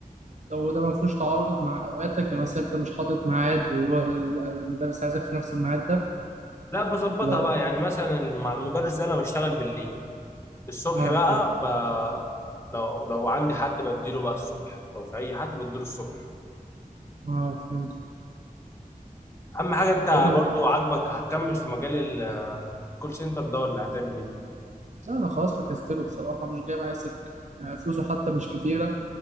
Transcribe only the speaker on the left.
لا بظبطها
بقى يعني مثلا مع المدرس ده أنا بشتغل بالليل الصبح
بقى
ب... لو لو عندي حد بديله بقى الصبح لو في اي حد بديله الصبح
اهم حاجه انت
برضو عاجبك هتكمل في مجال الكول سنتر ده ولا هتعمل ايه